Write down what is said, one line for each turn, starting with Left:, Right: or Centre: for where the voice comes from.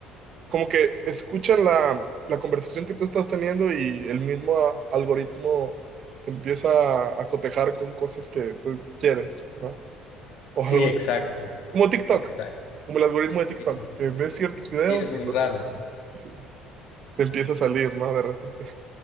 Right: como que escuchan la, la conversación que tú estás teniendo y el mismo a- algoritmo te empieza a, a cotejar con cosas que tú quieres, ¿no? O
Left: Sí,
Right: algo
Left: exacto,
Right: Como TikTok,
Left: exacto.
Right: como el algoritmo de TikTok,
Left: Y-
Right: que ves ciertos videos
Left: Sí, es muy
Right: y
Left: raro.
Right: los sí, te empieza a salir, ¿no? De repente.